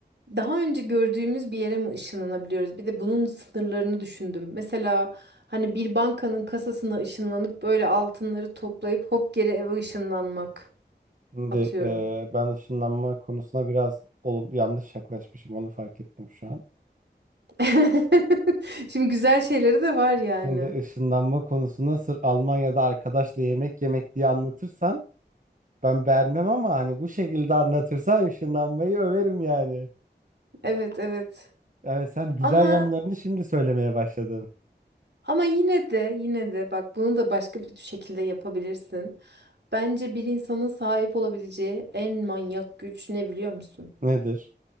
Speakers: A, on the right; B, on the right.
A: daha önce gördüğümüz bir yere mi ışınlanabiliyoruz? Bir de bunun sınırlarını düşündüm. Mesela hani bir bankanın kasasına ışınlanıp böyle altınları toplayıp hop geri eve ışınlanmak
B: Şimdi
A: atıyorum.
B: e, ben ışınlanma konusuna biraz olum, yanlış yaklaşmışım onu fark ettim şu an.
A: <laughs> Şimdi güzel şeyleri de var yani.
B: Şimdi ışınlanma konusuna sırf Almanya'da arkadaşla yemek yemek diye anlatırsam ben beğenmem ama hani bu şekilde anlatırsan ışınlanmayı överim yani.
A: Evet evet.
B: Yani sen güzel
A: Ama
B: yanlarını şimdi söylemeye başladın.
A: ama yine de yine de bak bunu da başka bir şekilde yapabilirsin. Bence bir insanın sahip olabileceği en manyak güç ne biliyor musun?
B: Nedir?